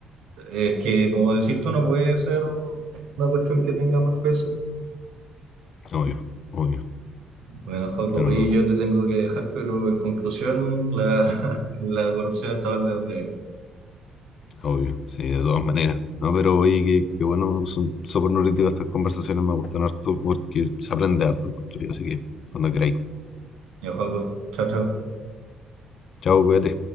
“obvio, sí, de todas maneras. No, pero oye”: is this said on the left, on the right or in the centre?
Left